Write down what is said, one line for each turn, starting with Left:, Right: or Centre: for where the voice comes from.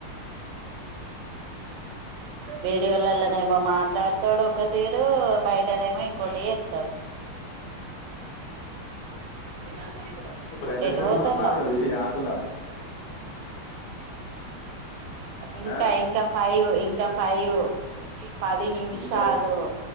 Right: వీడియోలలనేమో మాట్లాడతడు ఒక్క తీరు బయటనేమో ఇంకోటి చేస్తడు నా
Left: ఇప్పుడు ఎంతసేపు
Right: ఎటు పోతానవ్
Left: మాట్లాడు ఈ యాప్ లో
Right: ఇంకా
Left: ఆ?
Right: ఇంకా ఫైవ్ ఇంకా ఫైవ్ పది నిమిషాలు
Left: ఇంకా